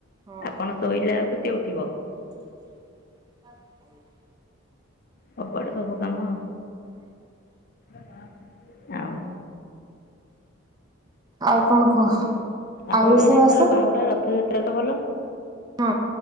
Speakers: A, on the right; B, on the left.
A: ହଁ
B: ଆପଣ ଶୋଇଲା ବେଳକୁ ସିଏ ଉଠିବ।
A: <inaudible>
B: ସବୁଆଡେ ସବୁ କାମ ଆଉ ଆଉ।
A: ଆଉ କଣ କୁହ? ଆଉ
B: ଆପଣଙ୍କ
A: ରୋଷେଇବାସ
B: ଆଡେ ଏଥର ବାହୁଡ଼ା ରଥଯାତ୍ରା ତ ଭଲ!
A: ହଁ